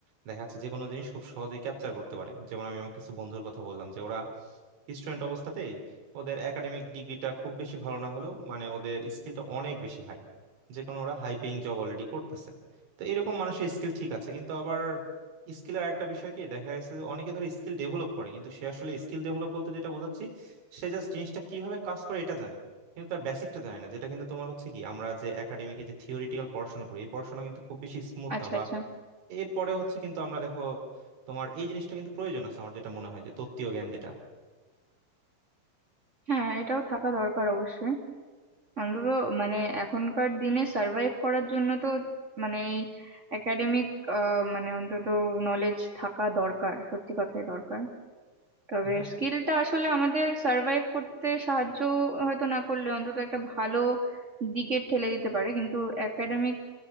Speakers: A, on the right; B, on the right.
A: দেখা যাচ্ছে যে কোনো জিনিস খুব সহজেই ক্যাপচার করতে পারে যেমন আমি আমার কিছু বন্ধুর কথা বললাম যে ওরা স্টুডেন্ট অবস্থাতেই ওদের একাডেমিক ডিগ্রিটা খুব বেশি ভালো না হলেও মানে ওদের স্কিলটা অনেক বেশি হাই যে কোনো ওরা হাই পেইং জব অলরেডি করতেছে তো এরকম মানুষের স্কিল ঠিক আছে কিন্তু আবার স্কিল আর একটা বিষয় কি দেখা যাচ্ছে যে অনেকে ধর স্কিল ডেভেলপ করে কিন্তু সে আসলে স্কিল ডেভেলপ বলতে যেটা বোঝাচ্ছি সে জাস্ট জিনিসটা কিভাবে কাজ করে এটা জানে কিন্তু তার বেসিকটা জানে না যেটা কিন্তু তোমার হচ্ছে কি আমরা যে একাডেমিকে যে থিওরিটিক্যাল পড়াশোনা করি এই পড়াশোনা কিন্তু খুব বেশি স্মুথ
B: আচ্ছা
A: না বা
B: আচ্ছা
A: এরপরে হচ্ছে কিন্তু আমরা দেখো তোমার এই জিনিসটা কিন্তু প্রয়োজন আছে আমার যেটা মনে হয় যে তত্ত্বীয় জ্ঞান যেটা
B: হ্যাঁ এটাও থাকা দরকার অবশ্যই অন্তত মানে এখনকার দিনে সার্ভাইভ করার জন্য তো মানে এই একাডেমিক মানে অন্তত নলেজ থাকা দরকার সত্যি কথাই দরকার তবে
A: হ্যাঁ
B: স্কিলটা আসলে আমাদের সার্ভাইভ করতে সাহায্য হয়তো না করলে অন্তত একটা ভালো দিকে ঠেলে দিতে পারে কিন্তু একাডেমিক